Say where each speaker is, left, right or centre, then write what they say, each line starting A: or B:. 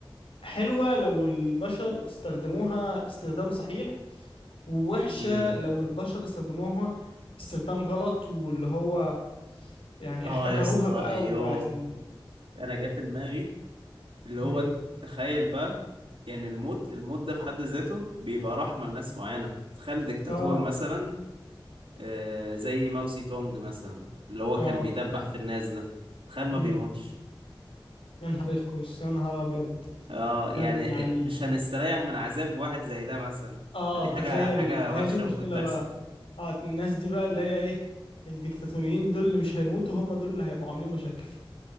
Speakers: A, on the left; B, on the right.
A: حلوة لو البشر استخدموها استخدام صحيح ووحشة
B: امم
A: لو البشر استخدموها استخدام غلط واللي هو يعني
B: اه
A: احتكروها
B: يا اسطى
A: بقى
B: ايوه
A: وبقت ال...
B: انا جا في دماغي اللي هو
A: مم.
B: تخيل بقى يعني الموت الموت ده في حد ذاته بيبقى رحمة لناس معينة تخيل ديكتاتور
A: اه
B: مثلا آه زي ماوسي تونج مثلا اللي هو
A: اه
B: كان بيدبح في الناس ده تخيل ما
A: مم.
B: بيموتش
A: يا نهار يخوس يا نهار ابيض
B: اه يعني
A: يعني يعني
B: مش هنستريح من عذاب واحد زي ده مثلا
A: اه
B: فدي
A: تخيل
B: حاجة حاجة
A: هي
B: وحشة
A: دي مشكلة
B: ممكن تحصل
A: بقى اه الناس دي بقى اللي هي ايه الديكتاتوريين دول اللي مش هيموتوا هم دول اللي هيبقوا عاملين مشاكل